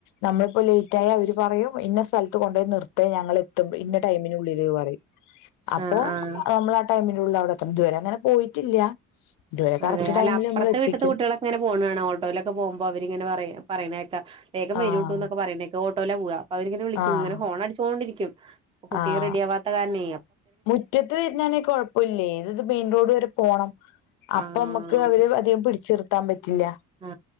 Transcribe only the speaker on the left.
നമ്മളിപ്പോ ലേറ്റ് ആയ അവര് പറയും ഇന്ന സ്ഥല- കൊണ്ടൊയി നിർത്തെ ഞങ്ങള് എത്തും ഇന്ന ടൈമിനുള്ളില് പറയും അപ്പോ
നമ്മള്- ടൈമിനുള്ളിൽ അവിടെത്തണം ഇത് വരെ അങ്ങനെ പോയിട്ടില്ല. ഇതുവരെ കറക്റ്റ്
ടൈമില്
നമ്മൾ എത്തിക്കും
ആഹ്
ആഹ്
ആഹ്
മുറ്റത്ത് വരുന്നാണെങ്കി കൊഴപ്പവില്ലേ ഇത് മെയിൻ റോഡ് വരെ പോണം. അപ്പൊ
അമ്മക്ക് അവരെ അധികം പിടിച്ചി നിർത്താൻ പറ്റില്ല.